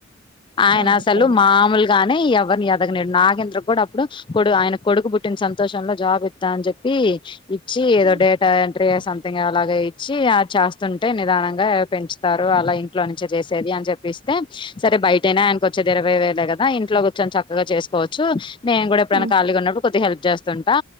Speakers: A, on the left (about 25°); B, on the right (about 50°).
A: ఆయనసలు
B: సరే సరే
A: మామూలుగా ఎవర్ని అడ నాగేంద్ర కూడా అప్పుడు కొడు ఆయన కొడుకు పుట్టిన సంతోషంలో జాబ్ ఇత్తా అని చెప్పి ఇచ్చి ఏదో
B: ఉమ్,
A: డేటా ఎంట్రీ సమ్తింగ్ అలాగ ఇచ్చి అ చేస్తుంటే నిదానంగా పెంచుతారు అలా ఇంట్లో నుంచే చేసేది అని చెప్పిస్తే సరే బయటయిన ఆయనకొచ్చేదిరవై వేలే కద్ ఇంట్లో కూచోని చక్ కగా చేసుకోవచ్చు నేను కూడా ఎప్పుడైనా
B: ఉమ్,
A: కాలీగా ఉన్నపుడు కొద్ది హెల్ప్ చేస్ తుంటా